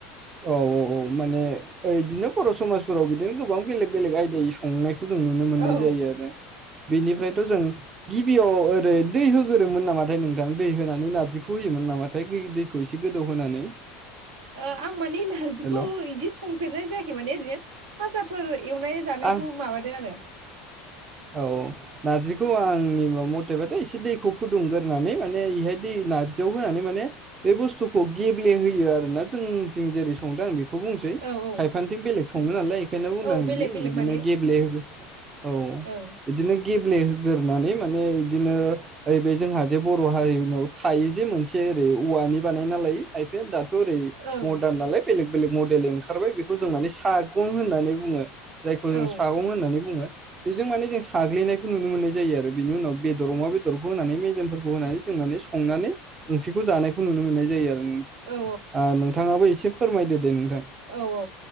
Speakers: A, on the right; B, on the right.
A: औ औ औ माने बिदिनो बर' समाजफोराव बिदिनो गोबां बेलेग बेलेग आयदायै संनायखौ जों नुनो मोननाय
B: औ
A: जायो। आरो बेनिफ्रायथ'
B: उम
A: जों गिबियाव ओरै दै होग्रोमोन नामाथाय नोंथां दै होनानै नारजिखौ होयोमोन नामा थाय दै दैखौ एसे गोदौ होनानै।
B: आं माने नारजि
A: हेल'
B: खौ
A: औ
B: बिदि संफेरनाय जायाखै माने ओरैनो फाजाफोर एवनाय जानायखौ
A: आं
B: माबादों आरो।
A: औ। नार्जिखौ आंनि म-मथेबाथाय एसे दैखौ फुदुंग्रोनानै माने बेहाय दै नार्जियाव होनानै माने बे बुस्थुखौ गेब्ले होयो आरोना जों थिं जेरै संदों आं बेखौ बेखौ बुंनोसै
B: औ औ
A: खायफानिथिं बेलेग सङो नालाय बेखायनो बुंदों
B: औ
A: आ
B: बेलेग
A: बिदि
B: बेलेग
A: बिदिनो
B: माने
A: गेब्लेहो औ
B: ओं
A: बिदिनो गेब्लेहोग्रोनानै माने बिदिनो ओरै बे जोंहा जे बर' हारिनाव थायो जे मोनसे ओरै औवानि बानायना लायो खायफाया दाथ' ओरै
B: ओं
A: मडार्न नालाय बेलेग बेलेग मडेेल ओंखारबाय बेखौ जों माने सागुं होननानै बुङो। जायखौ जों
B: औ
A: सागं होननानै बुङो। जों माने जों साग्लिनायखौ नुनो मोननाय जायो आरो बेनि उनाव बेदर अमा बेदरखौ होनानै मेजेमफोरखौ होनानै जों माने संनानै ओंख्रिखौ जानायखौ नुनो मोननाय जायो आरो। उम
B: औ
A: ओनोंथाङाबो एसे फोरमायदो दे नोंथां।
B: औ औ